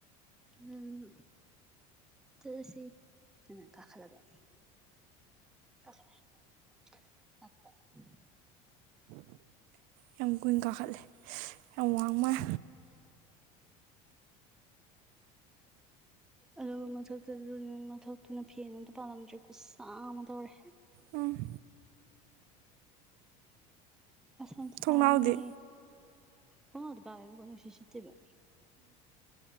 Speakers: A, in the centre; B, on the right.
A: ꯎꯝ ꯆꯂꯁꯤ ꯑ ꯀꯥꯥ ꯂꯒꯑꯣ <inaudible>
B: ꯌꯥꯝ ꯀꯨꯏꯅ ꯀꯥꯈꯠꯂꯦ ꯌꯥꯝ ꯋꯥꯡꯃꯥꯏ
A: ꯑꯗꯨꯒ ꯃꯊꯛꯇ ꯃꯊꯛꯇꯨꯅ ꯐꯦꯟ ꯑꯝꯇ ꯄꯥꯜꯂꯝꯗ꯭ꯔꯦ ꯈꯨꯠꯁꯥ ꯑꯃ ꯇꯧꯔꯦ
B: ꯎꯝ
A: ꯑꯗꯨꯗꯤꯁꯁꯥꯏꯅꯤ
B: ꯊꯣꯡꯅꯥꯎꯗꯤ
A: ꯍꯗꯤ ꯄ ꯀꯁꯤꯦꯁꯤꯠꯇꯕ